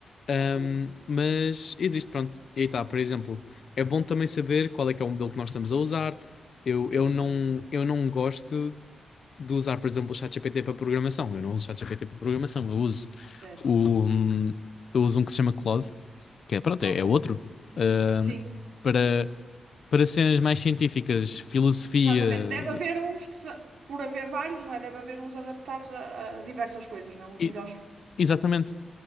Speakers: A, on the left; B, on the right.
A: Ahm,
B: Ok,
A: mas existe, pronto, e aí está, por exemplo, é bom também saber qual é que é o modelo que nós estamos a usar, eu,
B: exatamente.
A: eu não, eu não gosto de usar, por exemplo, o ChatGPT para programação, eu não uso o ChatGPT para programação, eu uso
B: Certo.
A: o, hum, eu uso um que se chama Claude, que é, pronto,
B: Ok.
A: é, é outro, Ahm,
B: Sim,
A: para, para cenas mais científicas, filosofia,
B: exatamente. Deve haver uns que, se- por haver vários, não é? Deve haver uns adaptados a, a diversas coisas, não? Uns
A: e-
B: melhores.
A: exatamente,